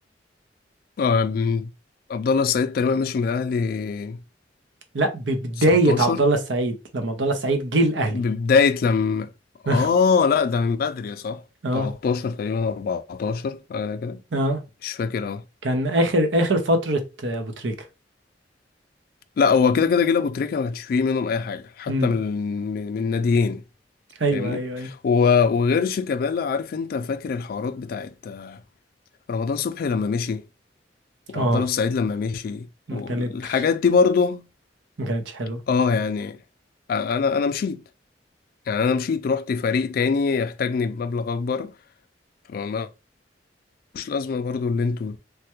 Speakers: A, on the left (about 55°); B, on the right (about 85°).
A: آه، م- عبد الله السعيد تقريبا ماشي من الاهلي
B: <laughs> لا ببداية
A: 19
B: عبد الله السعيد لما عبد الله السعيد جه الأهلي
A: ببداية لما
B: <laughs>
A: اه لا ده من بدري صح
B: اه
A: 13 تقريبا 14 حاجة
B: اه
A: مش فاكر اه
B: كان آخر آخر فترة أبو تريكة
A: لا هو كده كده جيل ابو تريكه ما كانش فيه منهم اي حاجه حتى
B: امم
A: من من من ناديين
B: أيوه
A: فاهمني
B: أيوه أيوه
A: و- وغير شيكابالا عارف انت فاكر الحوارات بتاعت رمضان صبحي لما مشي وعبد
B: اه
A: الله السعيد لما مشي والحاجات
B: كانت
A: دي برضه
B: ما كانتش حلوة
A: اه يعني انا انا مشيت يعني انا مشيت رحت فريق تاني يحتاجني بمبلغ اكبر فما- ملوش لازمه برضه اللي انتوا